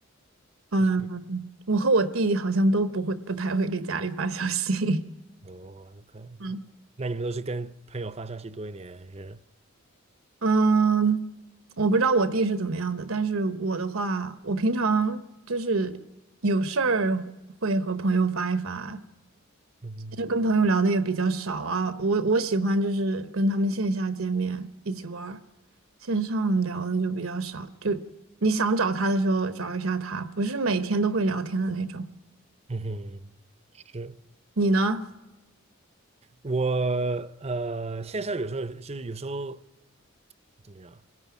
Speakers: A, on the right; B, on the right.
A: 嗯。
B: 还是不
A: 我和我弟好像都不会，不太会给家里发消息。
B: 哦，OK，
A: <laughs> 嗯，
B: 那你们都是跟朋友发消息多一点，还是
A: 嗯，我不知道我弟是怎么样的，但是我的话，我平常就是有事儿会和朋友发一发，
B: 嗯
A: 其实跟朋友聊的也比较少啊。我我喜欢就是跟他们线下见面一起玩儿，线上聊的就比较少。就你想找他的时候找一下他，不是每天都会聊天的那种。
B: 嗯哼，是
A: 你呢？
B: 我呃，线上有时候就是有时候怎么样，